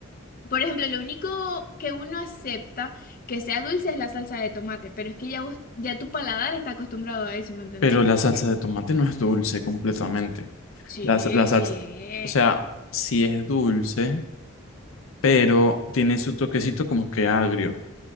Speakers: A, on the left (about 45°); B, on the left (about 75°).
A: Por ejemplo, lo único que uno acepta que sea dulce es la salsa de tomate, pero es que ya vos, ya tu paladar está acostumbrado a eso, ¿me entendéis?
B: Pero la salsa de tomate no es dulce completamente.
A: Sí,
B: La, sa- la salsa,
A: sí es.
B: o sea, sí es dulce, pero tiene su toquecito como que agrio.